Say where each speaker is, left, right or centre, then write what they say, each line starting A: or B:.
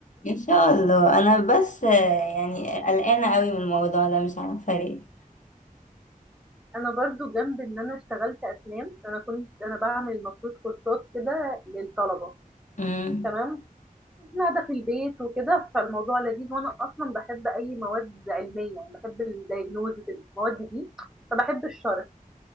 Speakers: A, on the left; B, in the centre.
A: ان شاء الله انا بس آه، يعني قلقانه قوي من الموضوع ده مش عارفه ليه
B: <laughs> أنا برضو جنب إن أنا اشتغلت أسنان أنا كنت أنا بعمل المفروض كورسات كده للطلبة
A: امم
B: تمام قاعدة في البيت وكده فالموضوع لذيذ وأنا أصلا بحب أي مواد علمية يعني بحب الدايجنوزز المواد دي فبحب الشرح